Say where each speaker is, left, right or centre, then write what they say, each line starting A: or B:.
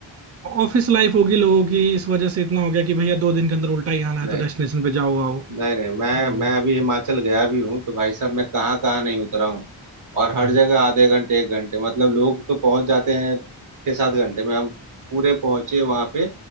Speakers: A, on the right (about 30°); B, on the right (about 85°).
A: ऑफिस लाइफ होगी लोगों की इस वजह से इतना हो गया कि भैया दो दिन के अंदर उल्टा ही आना है
B: नहीं
A: तो डेस्टिनेशन पे जाओ आओ
B: नहीं नहीं मैं
A: हम्म
B: मैं अभी हिमाचल गया भी हूँ तो भाई साहब मैं कहाँ कहाँ नहीं उतरा हूँ और
A: हम्म
B: हर जगह आधे घंटे एक घंटे मतलब लोग तो पहुंच जाते हैं छह सात घंटे में हम पूरे पहुंचे वहां पे